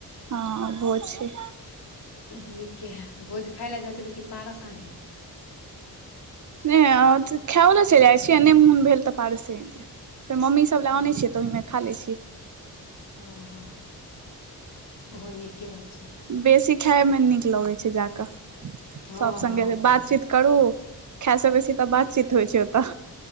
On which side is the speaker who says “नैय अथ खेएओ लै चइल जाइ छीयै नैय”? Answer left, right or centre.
Right